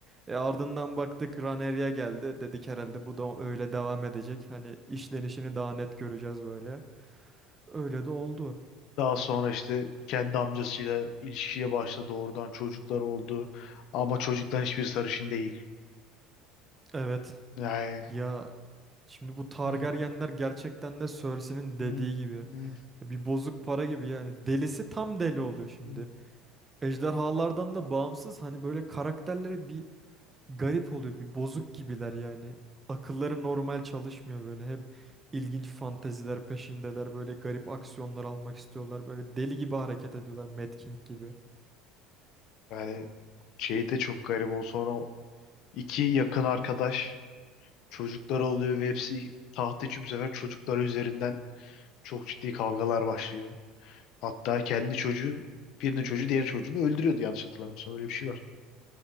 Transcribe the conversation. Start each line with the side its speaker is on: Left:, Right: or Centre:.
Right: E ardından baktık Rhaenyra geldi. Dedik herhalde bu da öyle devam edecek. Hani işlenişini daha net göreceğiz böyle. Öyle de oldu.
Left: Daha sonra işte kendi amcasıyla ilişkiye başladı. Oradan çocuklar oldu. Ama çocukların hiçbir sarışın değil.
Right: Evet.
Left: Yani
Right: Ya şimdi bu Targaryenler
Left: <laughs>
Right: gerçekten de Cersei'nin
Left: Hmm,
Right: dediği gibi.
Left: hmm,
Right: Ya Bir bozuk para gibi yani. Delisi tam deli oluyor şimdi.
Left: hmm.
Right: Ejderhalardan da bağımsız hani böyle karakterleri bir garip oluyor. Bir bozuk gibiler yani. Akılları normal çalışmıyor böyle. Hep ilginç fanteziler peşindeler. Böyle garip aksiyonlar almak istiyorlar. Böyle deli gibi hareket ediyorlar. Mad King gibi.
Left: yani şey de çok garip o sonra o iki yakın arkadaş çocuklar oluyor ve hepsi taht için bu sefer çocukları üzerinden çok ciddi kavgalar başlıyor. Hatta kendi çocuğu birinin çocuğu diğer çocuğunu öldürüyordu yanlış hatırlamıyorsam öyle bir şey var.